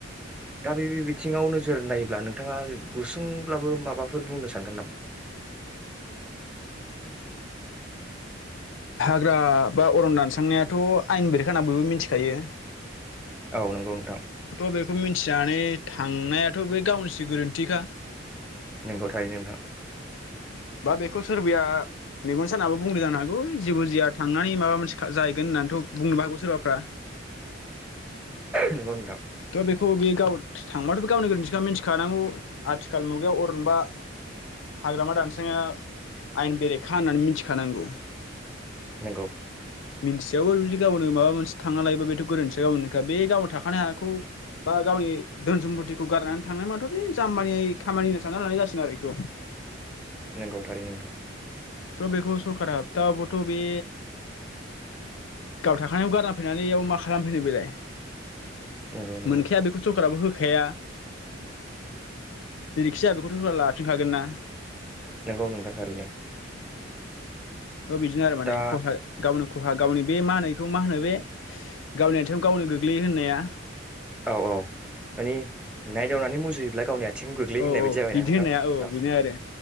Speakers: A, in the centre; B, on the left.
A: दा बे बिथिङावनो, नोजोर नायोब्ला नोंथाङा गुसुंब्लाबो माबाफोर बुंनो सानगोन नामा?
B: औब्रा अरन दानस्रांनायाथ' आयेन बेरेखा होना बयबो मिथिखायो,
A: औ नंगौ नोंथां
B: थ' बेखौ मिथिनानै थांनायाथ' बे गावनिसो गोरोन्थिखा,
A: नंगौ थारै नोंथां,
B: बा बेखौ सोरबाया मेगन सानाबो बुंदो जानो हागौ बय जेबो जाया थांनानै माबा मोनसे जाहैगोन होन्नानैथ' बुंनोबो हागौ सोरबाफ्रा,
A: नंगौ नोंथां
B: थ' बेखौ बेयो गाव थांबाथ' गावनि गोरोन्थिखा मिथि खानांगौ आथिखाल मुगायाव अरनबा हाग्रामा दानस्राया आयेन बेरेखा होननानै मिथिखानांगौ
A: नोंगौ
B: मिन्थियाबाबो बिदि गावनो माबा मोनसे थांना लायोबा बेथ' गोरोन्थिया गावनिनोखा बे गावनो थाखानाय हाखौ बा गावनि धोन सम्तिखौ गारनानै थांनाय माथ' बे जाम्बानिनो खामानि सानना लानाय जासिगोन आरो बेखौ
A: नंगौ थारैनो नोंथां
B: बेखौ सरकारा होबथाबाबोथ' थ' बे गाव थाखानायाव गारना फैनानै बेयाव मा खालामफैदों बेलाय
A: नंगौ नंगौ
B: मोनखाया बेखौथ' होखाया जेरैखिजाया बेखौथ' लाफिनखागोन ना
A: नोंगौ नोंथां थारैनो
B: बे बिदिनो आरो माने
A: दा
B: खहा गावनो खुहा गावनि बे मा होनो बे गावनि आथिङाव गावनो गोग्लैयो होननाया
A: औ औ मानि नायदावनानै मुजुयोब्ला गावनि आ आथिङावनो गोग्लैयो
B: औ
A: होननाय
B: औ
A: बायदि जाबायना
B: बिदि
A: नोंथां
B: होननाया
A: औ
B: बेनो आरो